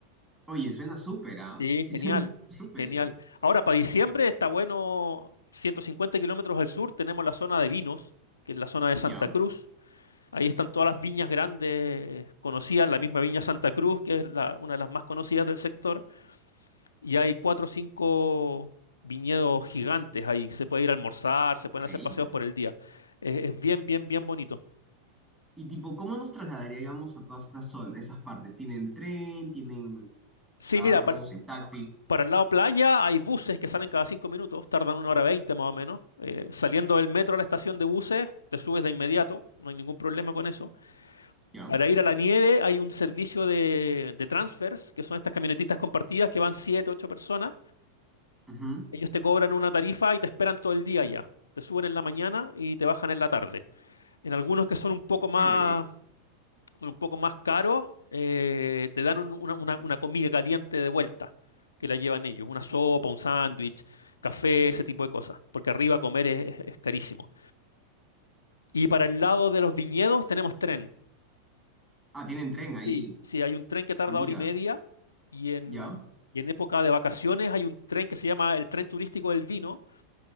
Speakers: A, on the right; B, on the left.
A: Oye, suena súper, ¿ah?
B: Sí,
A: Sí,
B: genial,
A: suena <laughs> súper
B: genial.
A: eso.
B: Ahora, para diciembre está bueno, 150 kilómetros al sur tenemos la zona de vinos, que es la zona de Santa
A: Ya,
B: Cruz. Ahí están todas las viñas grandes eh, conocidas, la misma viña Santa Cruz, que es la- una de las más conocidas del sector y hay cuatro o cinco viñedos gigantes ahí. Se puede ir a almorzar, se pueden
A: increíble.
B: hacer paseos por el día. Es, es bien, bien, bien bonito.
A: Y tipo, ¿cómo nos trasladaríamos a todas esas zonas, esas partes? ¿Tienen tren? ¿Tienen
B: Sí,
A: carros?
B: mira, par-
A: ¿En taxi?
B: para, el lado playa hay buses que salen cada cinco minutos, tardan una hora veinte más o menos. Eh, saliendo del metro a la estación de buses, te subes de inmediato, no hay ningún problema con eso.
A: Ya.
B: Para ir a la nieve hay un servicio de, de transfers, que son estas camionetitas compartidas que van siete, ocho personas.
A: ujú,
B: Ellos te cobran una tarifa y te esperan todo el día allá. Te suben en la mañana y te bajan en la tarde. En algunos que son un poco
A: Qué chévere.
B: más, un poco más caros, eh, te dan un- una, una- una comida caliente de vuelta, que la llevan ellos, una sopa, un sándwich, café, ese tipo de cosas, porque arriba comer es, es es carísimo. Y para el lado de los viñedos tenemos tren.
A: Ah, tienen tren ahí.
B: Sí, sí, hay un tren que tarda
A: Ah, mira.
B: hora y media y en,
A: Ya,
B: y en época de vacaciones hay un tren que se llama el tren turístico del vino,